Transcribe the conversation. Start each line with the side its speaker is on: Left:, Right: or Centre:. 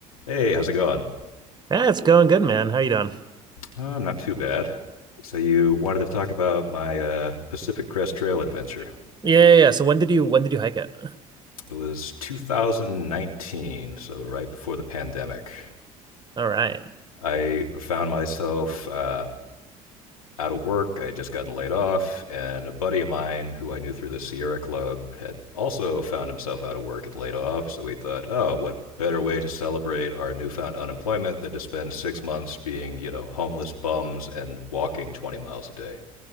Left: Hey, how's it going?
Right: Yeah, it's going good, man. How you doing?
Left: I'm not too bad. So you wanted to talk about my uh, Pacific Crest Trail adventure.
Right: Yeah, yeah, yeah. So when did you when did you hike it?
Left: It was 2019, so right before the pandemic.
Right: All right.
Left: I found myself uh, out of work. I had just gotten laid off, and a buddy of mine who I knew through the Sierra Club had also found himself out of work and laid off. So we thought, oh, what better way to celebrate our newfound unemployment than to spend six months being, you know, homeless bums and walking 20 miles a day?